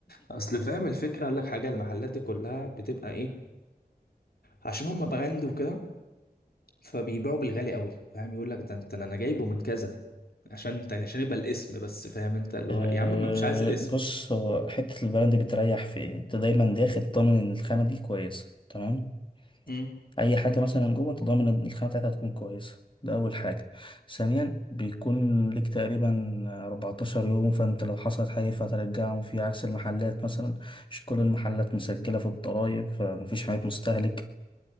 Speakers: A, on the left; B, on the left.
A: اصل فاهم الفكره اقول لك حاجه المحلات دي كلها بتبقى ايه عشان هم براند وكده فبيبيعوا بالغالي قوي فاهم يقول لك ده انت انا جايبه من كذا عشان انت عشان يبقى الاسم بس فاهم انت اللي
B: آه،
A: هو يا عم ما مش عايز الاسم
B: بص هو حتة البراند بتريح في ايه؟ انت دايما داخل ضامن ان الخامة دي كويسة تمام؟
A: مم.
B: أي حاجة مثلا جوه انت ضامن ان الخامة بتاعتها هتكون كويسة ده أول حاجة ثانيا بيكون ليك تقريبا 14 يوم فانت لو حصلت حاجة فهترجعهم في عكس المحلات مثلا مش كل المحلات مسجلة في الضرايب فمفيش حاجات مستهلك